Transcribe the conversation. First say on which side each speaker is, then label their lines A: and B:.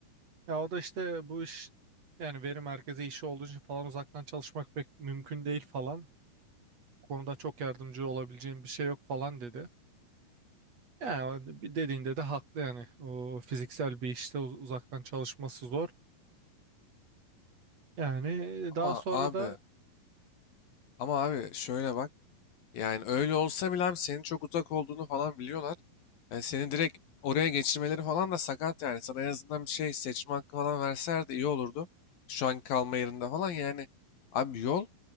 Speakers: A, on the right; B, on the left.
A: Ya o da işte bu iş yani veri merkezi işi olduğu için falan uzaktan çalışmak pek mümkün değil falan. Bu konuda çok yardımcı olabileceğim bir şey yok falan dedi. Yani o dediğinde de haklı yani. O fiziksel bir işte uz- uzaktan çalışması zor. Yani
B: Ama
A: daha sonra
B: abi,
A: da
B: ama abi şöyle bak. Yani öyle olsa bile abi senin çok uzak olduğunu falan biliyorlar. Yani seni direkt oraya geçirmeleri falan da sakat yani. Sana en azından bir şey seçme hakkı falan verseler de iyi olurdu. Şu anki kalma yerinde falan yani. Abi yol.